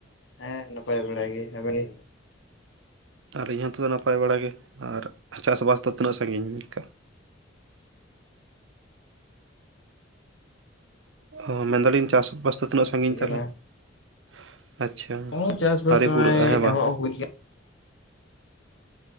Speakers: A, on the left (about 70°); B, on the right (about 75°).
A: ᱦᱮᱸ, ᱱᱟᱯᱟᱭ ᱵᱟᱲᱟ ᱜᱮ ᱾ ᱟᱵᱮᱱ ᱜᱮ?
B: ᱟᱨ, ᱤᱧ ᱦᱚᱸᱛᱚ, ᱱᱟᱯᱟᱭ ᱵᱟᱲᱟ ᱜᱮ, ᱟᱨ ᱪᱟᱥᱵᱟᱥ ᱫᱚ, ᱛᱤᱱᱟᱹᱜ ᱥᱟᱺᱜᱤᱧ ᱞᱮᱠᱟ? <inaudible> ᱚᱼ ᱢᱮᱱᱫᱟᱞᱤᱧ ᱪᱟᱥ ᱵᱟᱥ ᱫᱚ, ᱛᱤᱱᱟᱹᱜ? ᱥᱟᱹᱜᱤᱧ
A: ᱪᱤᱠᱟᱹ
B: ᱛᱟᱦᱚᱞᱮ
A: ᱠᱟᱱᱟ?
B: ᱾ ᱟᱪᱪᱷᱟ,
A: ᱱᱚᱜᱼᱚᱭ ᱪᱟᱥᱵᱟᱥ
B: ᱟᱹᱨᱤ
A: ᱱᱚᱜᱼᱚᱭ
B: ᱯᱩᱨᱟᱹᱜᱼᱟ, ᱦᱮᱸ ᱵᱟᱝ
A: ᱮᱦᱚᱵ
B: ᱾
A: ᱦᱩᱭ